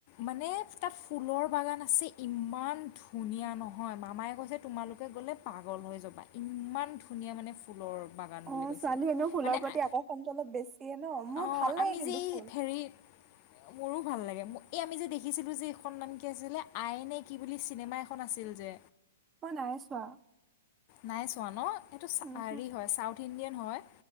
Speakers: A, on the left; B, on the right.
A: মানে তাত ফুলৰ বাগান আছে ইমান ধুনীয়া নহয় মামায় কৈছে- তোমালোকে গ'লে পাগল হৈ যাবা। ইমান ধুনীয়া মানে ফুলৰ- বাগান বুলি
B: অ
A: কৈছে
B: ছোৱালী এনেও ফুলৰ
A: মানে
B: প্ৰতি
A: আ
B: আকৰ্ষণটো অলপ বেছিয়ে ন মোৰ
A: অঁ,
B: ভাল লাগে
A: আমি
B: কিন্তু
A: যে
B: ফুল
A: হেৰিত - মোৰো ভাল লাগে। এই আমি যে দেখিছিলো যে এইখন নাম কি আছিলে? আই নে কি বুলি চিনেমা এখন আছিল যে।
B: মই নাই চোৱা
A: নাই চোৱা ন! এইটো চা-হাৰি
B: উমহু
A: হয়- চাউথ ইণ্ডিয়ান হয়।